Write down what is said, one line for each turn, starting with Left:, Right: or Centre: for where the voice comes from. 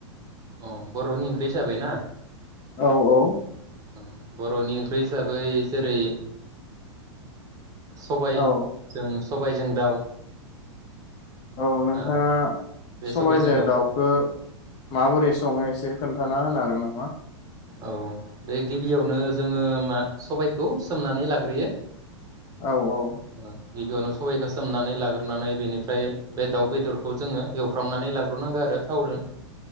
Right: अ बर'नि ओंख्रि हिसाबै ना।
Left: औ औ।
Right: ओम बर'नि ओंख्रि हिसाबै जेरै- सबाय
Left: औ
Right: जों सबायजों दाउ।
Left: औ नोंथाङा
Right: ओ बे
Left: सबाय
Right: सबायजों
Left: जाय दाउखौ माबोरै सङो एसे खोन्थाना होनो हागोन नामा?
Right: औ बे गिबियावनो जोङो मा सबायखौ सोमनानै लाग्रोयो।
Left: औ औ।
Right: ओ गिबियावनो सबायखौ सोमनानै लाग्रोनानै बेनिफ्राय बे दाउ बेदरखौ जोङो एवफ्रामनानै लाग्रोनांगौ आरो थावजों।